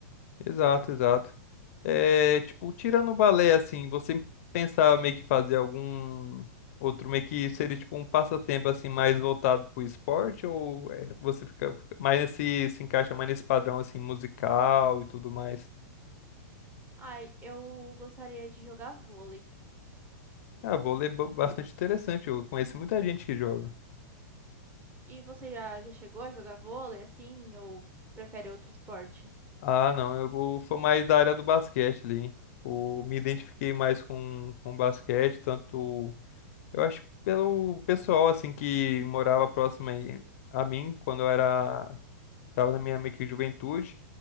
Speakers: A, on the left (about 55°); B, on the right (about 20°).
A: Exato, exato. É, tipo, tirando o balé, assim, você pensava meio que fazer algum outro, meio que seria tipo um passatempo, assim, mais voltado pro esporte, ou é, você fica fica mais nesse, se encaixa mais nesse padrão, assim, musical e tudo mais?
B: Ai, eu gostaria de jogar vôlei.
A: Ah, vôlei é ba- bastante interessante, eu conheço muita gente que joga.
B: E você já, já chegou a jogar vôlei, assim, ou prefere outro esporte?
A: Ah, não, eu vou- sou mais da área do basquete ali, hein? Tipo, me identifiquei mais com, com basquete, tanto. Eu acho que pelo pessoal, assim, que morava próximo aí a mim, quando eu era... Tava na minha meio que juventude.